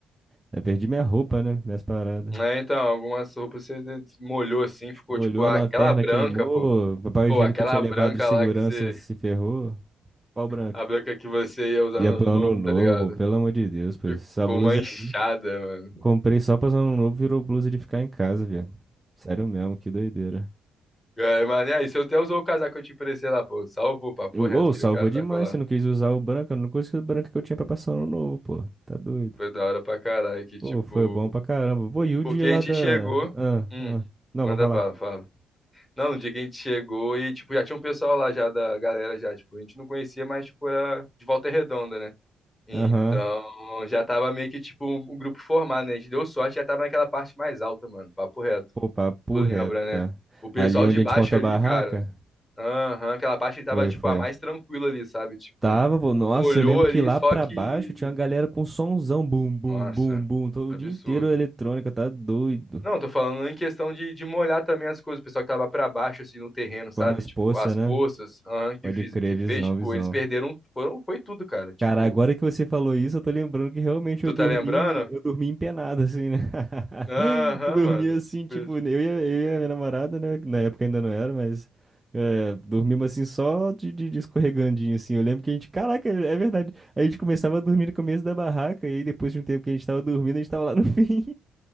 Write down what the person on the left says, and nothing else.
né, então, algumas roupas você molhou assim, ficou
tipo, ah,
aquela branca,
pô.
Pô,
aquela
branca
lá que você.
A branca que você ia usar
no
ano novo,
tá ligado?
Ficou
manchada,
mano.
É, Mas, e aí, você até usou o casaco que eu te emprestei lá, pô. Salvou, papo
reto, aquele
casaco
lá.
Foi da hora pra caralho, que tipo.
Porque
a
gente
chegou.
Hum,
manda
bala, fala. Não, no dia que a gente chegou e, tipo, já tinha um pessoal lá já da galera já, tipo, a gente não conhecia, mas, tipo, era de Volta Redonda, né? Então,
já tava meio que tipo um, um grupo formado, né? A gente deu sorte, já tava naquela parte mais alta, mano. Papo reto.
Tu lembra,
né?
O pessoal
de baixo
ali,
cara. Aham, aquela parte que tava
tipo
a mais tranquila ali, sabe? Tipo,
molhou
ali,
só
que.
Nossa,
absurdo.
Não, tô falando em questão de, de molhar também as coisas. O pessoal que tava pra baixo, assim, no terreno, sabe?
Tipo,
as
poças, aham, que,
fiz,
que fez,
tipo,
eles perderam. Foram, foi tudo, cara. Tipo,
tu
tá lembrando?
Aham,
mano.
Tipo,